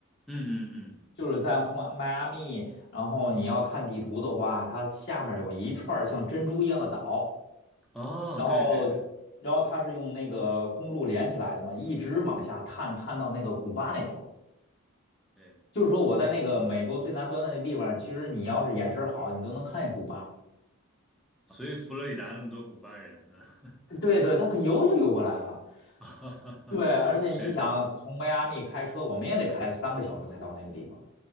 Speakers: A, in the centre; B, on the left.
A: 嗯嗯嗯，
B: 就是在从迈阿密，然后你要看地图的话，它下面有一串儿像珍珠一样的岛，
A: 哦，
B: 然后。
A: 对对对
B: 然后它是用那个公路连起来的嘛，一直往下探，探到那个古巴那头儿。
A: 对，OK，
B: 就是说我在那个美国最南端的那地方，其实你要是眼神好，你都能看见古巴。
A: 所以佛罗里达那么多古巴人，嗯，<laughs>
B: 对对，它可游就游过来了。
A: 哈哈哈，
B: 对，而且你想从迈阿密开车，
A: 是，
B: 我们也得开了三个小时才到那个地方。